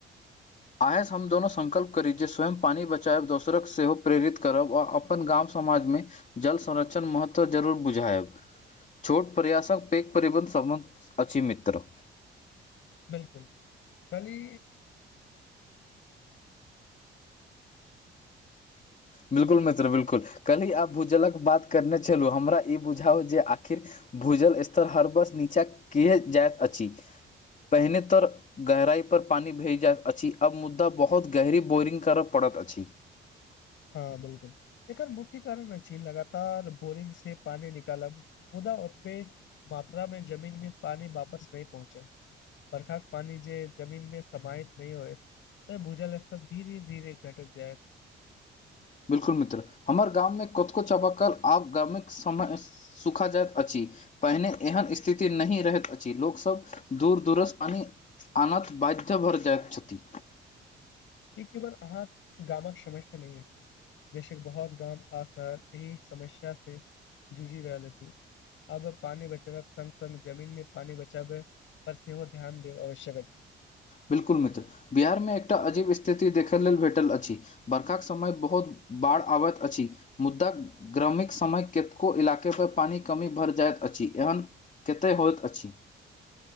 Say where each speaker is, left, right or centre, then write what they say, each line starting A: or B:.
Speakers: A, on the left; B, on the left.
A: आइ से हम दुनोू संकल्प करी जे स्वयं पानी बचायब दोसरक सेहो प्रेरित करब आ अपन गाम समाज में जल संरक्षण महत्व जरूर बुझायब छोट प्रयासक पेघ परिबन्न सम्बन्ध अछि मित्र
B: बिल्कुल कली
A: बिल्कुल मित्र बिलकुल कल्हिी आब भूजलक बात करने छलहुँ हमरा ई बुझाउ जे आखिर भूजल स्तर हर वर्ष नीचा किए जाइत अछि पहिने तर गहराई पर पानी भेज जाइतत अछि अब मुद्दा बहुत गहरी बोरिंग करय पड़त अछि
B: हँ बिल्कुल एकर मुख्य कारण अछि लगातार बोरिंग से पानी निकालब मुदा ओतबे मात्रा मे जमीन मे पानी वापस नहि पहुँचे बरखाक पानी जे जमीन में समात नहि होयत तऽ भूजल स्तर धीरे धीरे घटैत जायत
A: बिल्कुल मित्र हमर गाममें कोत कोो चापाकल आब गाम समय सुखा जाइत अछि पहिने एहन स्थिति नहि रहैत अछि लोकसभ दूर दूरज अान अनत बाध्य भर जायछति
B: ई केवल अहाँ गामक समस्या नहि अछि जेसन बहुत गाम आ शहर एहि समस्या से जूझि रहल अछि अब पानी बचावक संग संग जमीन मे पानी बचाव बस सेहो ओ ध्यान दे आवश्यक अछि
A: बिल्कुल मित्र बिहारमे एकटा अजीब स्थिति देखै लेल भेटल अछि बर्खाक समय बहुत बाढ़ आबैत अछि मुद्दा ग्रामीक समय कतको इलाके पर पानिक कमी भर जायइत अछि एहन कतेक होइत अछि